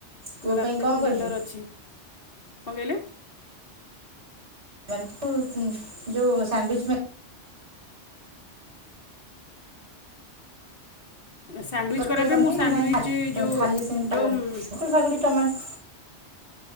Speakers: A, on the right (about 70°); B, on the left (about 50°).
A: ପୁଅ
B: ନାରାତିରେ
A: ପାଇଁ କଣ
B: ଫୁଣି
A: କଲେ?
B: ଡିନର୍ ଅଛି କଣ କହିଲେ।
A: <unintelligible> ଯୋଉ ସାଣ୍ତିଚ୍ ମା
B: ସ୍ୟାଣ୍ଡୱିଚ୍
A: <unintelligible>
B: କରିବା ପାଇଁ ମୁଁ ସ୍ୟାଣ୍ଡୱିଚ୍
A: ନାଇଁ
B: ଯେଉଁ
A: ଖାଲି ସେ କାକୁଡ଼ି
B: ଯେଉଁ
A: ଫାକୁଡି ଟମାଟ